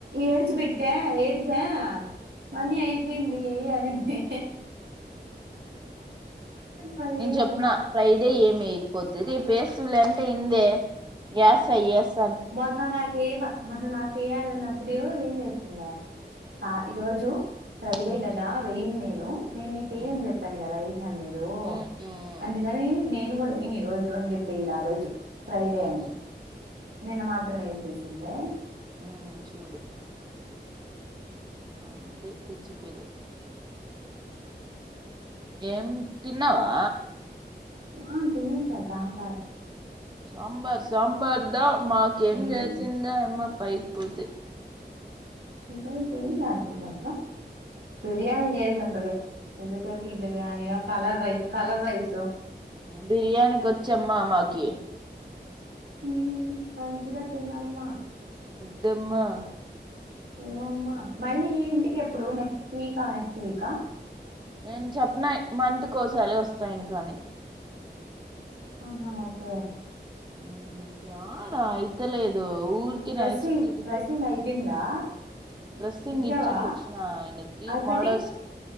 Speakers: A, on the right; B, on the right.
A: ఏడ్చి బెట్టా ఏడిచా మనీ
B: ఉమ్,
A: అయిపోయింది ఏ అని మే వచ్చింది మనీ
B: నేను
A: అనింది
B: చెప్పినా ఫ్రైడే ఏమి ఎయ్ పోతురి పేస్ చూడలే అంటే ఏందే యాస్ ఐ యస్
A: మొన్న నాకు ఈమ మొన్న నాకు ఎయ్యాలన్నప్పుడు ఏం చేసిందా ఆ ఈ రోజు ఫ్రైడే
B: ఉమ్
A: కదా వెయ్యిన్ నేను నూ నేను నీకెయ్నని
B: ఉమ్
A: చెప్పాను కదా <inaudible>
B: ఉమ్ ఉమ్
A: అందుకని న నేను కూడా ఏని ఈ రోజు అని చెప్పేలా ఆ రోజు ఫ్రైడే
B: ఉమ్
A: అని నిన్న మాత్రం వేసేసిందే
B: ఉ చూడు అంత పచ్చి ఫదు ఏం తిన్నవా
A: ఆ తినసాంబార్
B: సాబార్ సాబార్దా మాకేం
A: ఉమ్
B: చేసిందా అ పైపుదు
A: ఇంకా చెయి రాసంంత బిర్యానీ చేసి ఉంటది మజతే బిర్యానీ కలర్ రైస్ కలర్ వైసు
B: బిర్యానీకి వచ్చమ్మా మాకి
A: హ మంచిగా తినమ్మా
B: దమ్మా
A: ఏవమ్మా మళ్ళీ ఇంటికి ఎప్పుడు నెక్స్ట్ వీకా నెక్స్ట్ ఇంకా
B: నేను చెప్పిన మంత్కోసారి వస్తా ఇంకాని
A: ఆహా ఓకే
B: హ్మ్ ఎడా అయిత లేదు ఊక్ ఊరికేనా
A: డ్రెస్సింగ్
B: <unintelligible>
A: డ్రెస్సింగ్ అయిపోయిందా
B: డ్రెస్ంగ్
A: ఇచ్చావా
B: ఇచేస్ వచ్చిన ఆయనికి
A: అది కటింగ్
B: మాడల్స్